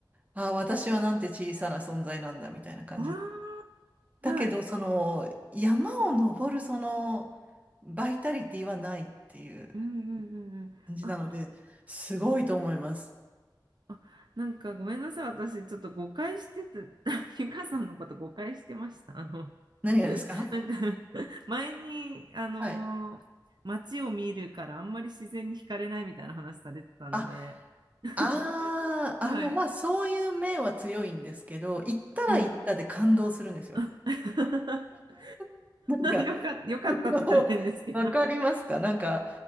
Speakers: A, on the right (about 20°); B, on the right (about 65°).
A: ああ、私はなんて小さな存在なんだ、みたいな感じで。
B: あ
A: だけど、
B: あ、はい、
A: その、山を登る、その、バイタリティはないっていう
B: うん、うん、うん。うんあ、
A: 感じなので、すごいと思います。
B: あ、なんかごめんなさい、私、ちょっと誤解してて、<laughs> ゆかさんのこと誤解してました。あの、
A: 何がですか
B: なんか <laughs> 前に、あのー街を見るからあんまり自然に惹かれないみたいな話されてたんで、
A: はい。あ、
B: <laughs>
A: ああ、
B: はい。
A: あの、まあ、そういう面は強いんですけど、行ったら行ったで感動するんですよ。
B: うん。<laughs>
A: <laughs> なんか、
B: よか、よかったって言ったら変ですけど。
A: あのわかりますかなんか、